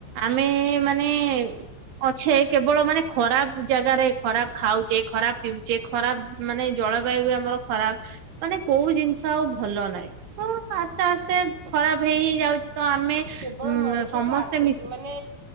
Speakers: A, on the right; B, on the right.
A: ଆମେ ମାନେ ଅଛେ କେବଳ ମାନେ ଖରାପ ଜାଗାରେ, ଖରାପ ଖାଉଛେ, ଖରାପ ପିଉଛେ, ଖରାପ ମାନେ ଜଳବାୟୁ ବି ଆମର ଖରାପ। ମାନେ କୋଉ ଜିନିଷ ଆଉ ଭଲ ନାହିଁ। ହଁ ଆସ୍ତେ ଆସ୍ତେ ଖରାପ ହେଇ ହେଇ ଯାଉଛି ତ ଆମେ
B: କେବଳ
A: ଉଁ
B: ମଣିଷକୁ
A: ସମସ୍ତେ
B: ଆଧ
A: ମିଶି
B: ମାନେ